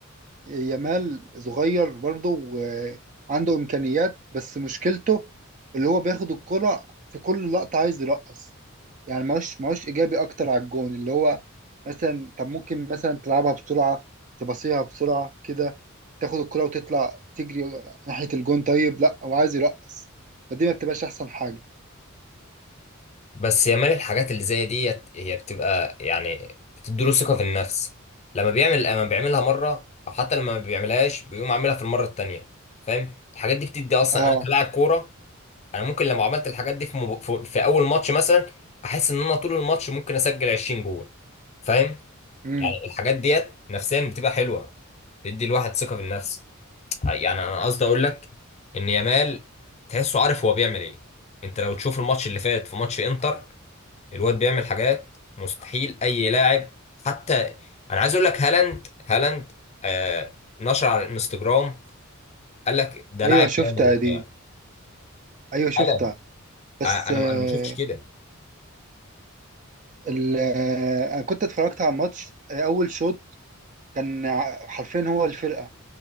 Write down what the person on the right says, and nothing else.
يامال صغير برضه وعنده إمكانيات بس مشكلته اللي هو بياخد الكرة في كل لقطة عايز يرقص يعني ماهوش ماهوش إيجابي أكتر على الجون اللي هو مثلا طب ممكن مثلا تلعبها بسرعة تباصيها بسرعة كده تاخد الكرة وتطلع تجري ناحية الجون طيب لا هو عايز يرقص فدي ما بتبقاش أحسن حاجة
اه
امم
ايوه
شفتها
دي ايوه شفتها
بس
آه
ال- آه، انا كنت اتفرجت على الماتش آه، اول شوط كان ع- حرفيا هو الفرقة